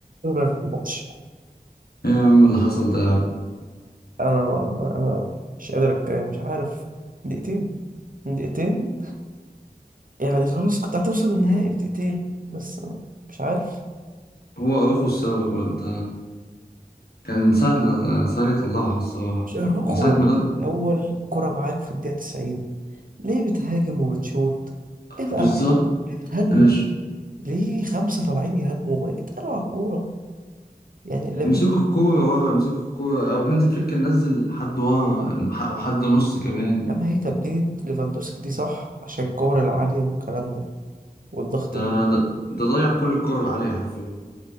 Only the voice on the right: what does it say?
أنا في الماتش
أنا ما ما- أنا مش قادر أتكلم مش عارف دقيقتين دقيقتين يعني خلاص كنت هتوصل النهائي في دقيقتين بس مش عارف
مش أروخو
الأول كرة معاك في الدقيقة 90 ليه بتهاجم وبتشوط؟ اتقل
على الكورة ليه بتهاجموا؟
ليه خمسة طالعين يهاجموا؟ ما اتقلوا على الكورة يعني لامين
يامال هي تبديلة ليفاندوسكي دي صح عشان الكور العالية والكلام ده والضغط
من